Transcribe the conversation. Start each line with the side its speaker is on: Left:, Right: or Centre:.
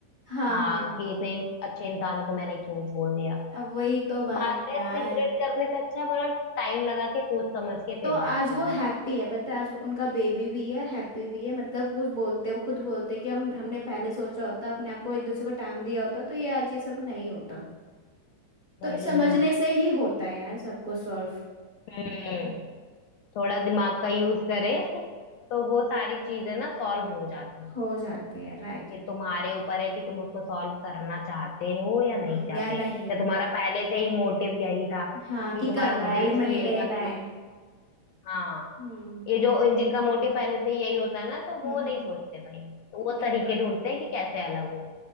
Right: हाँ
Left: हाँ
Right: हाँ
Left: कि इतने अच्छे इंसान को मैंने क्यों छोड़ दिया
Right: अब वही तो
Left: तो
Right: बात
Left: बाद
Right: है
Left: में
Right: यार
Left: रिग्रेट करने से अच्छा है बोला टाइम लगा के सोच समझ के
Right: तो
Left: फिर फैसले
Right: आज वो
Left: लो
Right: हैप्पी है पता है आज वो- उनका बेबी भी है हैप्पी भी है मतलब वो बोलते हैं वो खुद बोलते हैं कि हम हमने पहले सोचा होता अपने आप को एक दूसरे को टाइम दिया होता तो ये आज ये सब नहीं होता तो
Left: वही
Right: समझने
Left: ना
Right: से ही होता है यार सब कुछ सॉल्व
Left: हम्म थोड़ा दिमाग का यूज करे <laughs> तो वो सारी चीजें ना सॉल्व हो जाती हैं
Right: हो जाती है राइट
Left: ये तुम्हारे ऊपर है कि तुम उसको सॉल्व करना चाहते हो या
Right: हम्म
Left: नहीं चाहते
Right: या नहीं
Left: या तुम्हारा पहले से ही मोटिव यही था
Right: हाँ
Left: कि
Right: कि
Left: तुम्हारा
Right: करना
Left: उद्देश्य
Right: है एलिमनी
Left: ही यही
Right: लेना
Left: था कि
Right: है
Left: हाँ
Right: हम्म
Left: ये जो जिनका मोटिव पहले से ही यही होता है ना तो वो
Right: हम्म
Left: नहीं सोचते भाई तो वो
Right: बिल्कुल
Left: तरीके
Right: नहीं
Left: ढूंढते हैं कि कैसे अलग हो